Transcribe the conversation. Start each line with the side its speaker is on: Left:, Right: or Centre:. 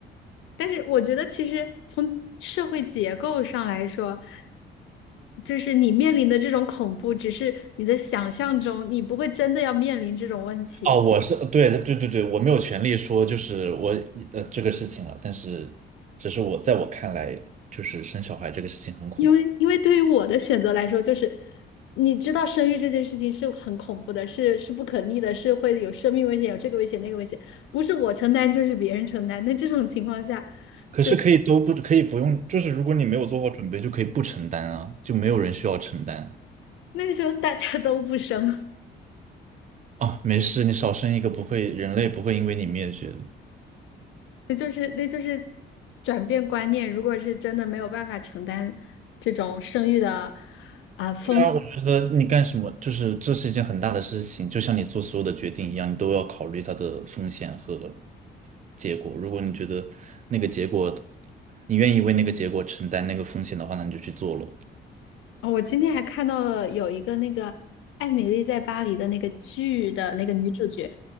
Left: 但是我觉得其实从社会结构上来说，就是你面临的这种恐怖，只是你的想象中，你不会真的要面临这种问题。
Right: 哦，我是对对对对，我没有权利说就是我呃这个事情了，但是只是我在我看来，就是生小孩这个事情很恐怖，
Left: 因为，因为对于我的选择来说，就是你知道生育这件事情是很恐怖的，是是不可逆的，是会有生命危险，有这个危险那个危险，不是我承担就是别人承担。那这种情况下，
Right: 可是可以都不可以不用，
Left: 对，
Right: 就是如果你没有做好准备，就可以不承担啊，就没有人需要承担。
Left: 那时候大家都不生，
Right: 哦，没事，你少生一个不会，人类不会因为你灭绝的。
Left: <laughs> 那就是那就是转变观念。如果是真的没有办法承担这种生育的。风。
Right: 对啊，我觉得你干什么，就是这是一件很大的事情，就像你做所有的决定一样，你都要考虑它的风险和结果。如果你觉得那个结果，你愿意为那个结果承担那个风险的话，那你就去做咯。
Left: 哦我今天还看到了有一个那个《艾米丽在巴黎》的那个剧的那个女主角，